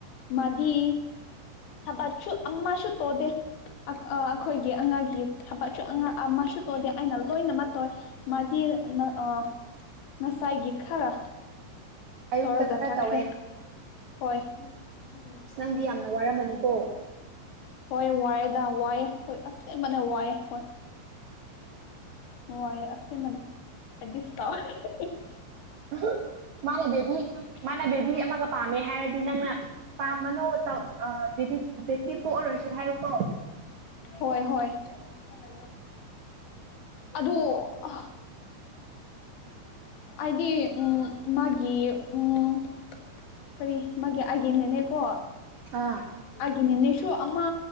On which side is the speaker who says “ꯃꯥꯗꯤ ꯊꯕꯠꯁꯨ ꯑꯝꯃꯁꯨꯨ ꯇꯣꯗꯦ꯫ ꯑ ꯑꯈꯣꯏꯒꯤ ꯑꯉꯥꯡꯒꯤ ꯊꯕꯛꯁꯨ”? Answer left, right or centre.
Left